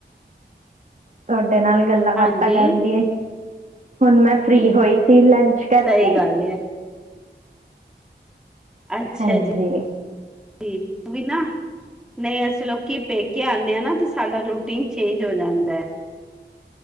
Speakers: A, on the right; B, in the centre.
A: ਤਾਡ ਨਾਲ ਗੱਲਾਂ ਬਾਤਾਂ
B: ਹਾਂਜੀ
A: ਕਰ ਲਈਏ? ਹੁਣ ਮੈਂ ਫਰੀ ਹੋਈ ਸੀ ਲੰਚ? ਕਰਕੇ
B: ਸਹੀ ਗੱਲ ਏ ਅੱਛਾ
A: ਹਾਂਜੀ
B: ਜੀ। ਠੀਕ ਵੀ ਨਾ ਨਹੀਂ ਅਸੀਂ ਲੋਕੀ ਪੇਕੇ ਆਣੇ ਹਾਂ ਨਾ ਤੇ ਸਾਡਾ ਰੂਟੀਨ ਚੇਂਜ ਹੋ ਜਾਂਦਾ।